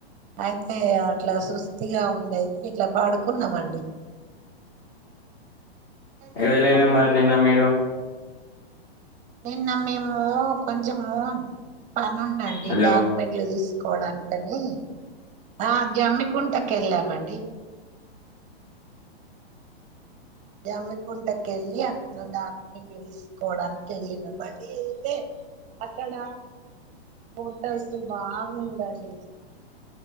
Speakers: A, on the right; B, on the left.
A: అయితే అట్లా సుస్తిగా ఉందియితే ఇట్లా పాడుకున్నాము అండి చేస్తాలండి
B: ఎల్ల లేదా మరి నిన్న మీరు
A: నిన్న మేము కొంచెము పని ఉండండి
B: హలో
A: డాక్యుమెంట్లు తీసు కోడానికని ఆ జమ్మి కుంటకి వెళ్ళామండి జమ్మకుంటకెళ్ళి అక్కడ డాక్లు తీసుకోవడానికి వెళ్లినమండి వెళ్తే అక్కడ హోటల్స్ బాగుందండి